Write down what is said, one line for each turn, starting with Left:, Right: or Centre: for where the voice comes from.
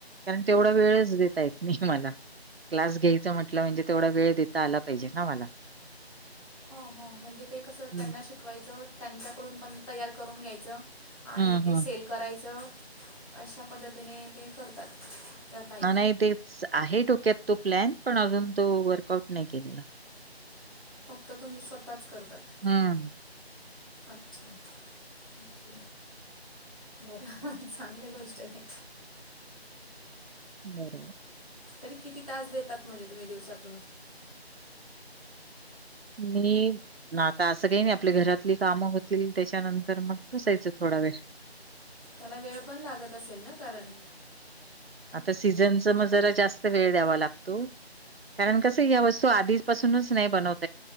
Right: कारण तेवढा वेळच देता येत नाही मला. क्लास घ्यायचं म्हटलं म्हणजे तेवढा वेळ देता आला पाहिजे ना मला.
Left: हो हो म्हणजे ते कसं
Right: हं,
Left: त्यांना शिकवायचं त्यांच्याकडून पण तयार करून घ्यायचं. आणि
Right: हं,
Left: ते
Right: हं.
Left: सेल करायचं अशा पद्धतीने ते करतात. त्या ताई
Right: नाही तेच आहे डोक्यात तो प्लॅन पण अजून तो वर्कआउट नाही केलेला.
Left: फक्त तुम्ही स्वतःच. करतात
Right: हम्म.
Left: अच्छा ओके बरं. चांगल्या गोष्ट आहे.
Right: बरोबर.
Left: तरी किती तास देतात म्हणजे तुम्ही दिवसातून?
Right: मी ना आता असं काही नाही आपली घरातली कामं होतील त्याच्यानंतर मग बसायचं थोडा वेळ.
Left: त्याला वेळ पण लागत असेल ना कारण.
Right: तर सीझनच मग जरा जास्त वेळ द्यावा लागतो. कारण कसं या वस्तू आधीपासुनच नाही बनवत.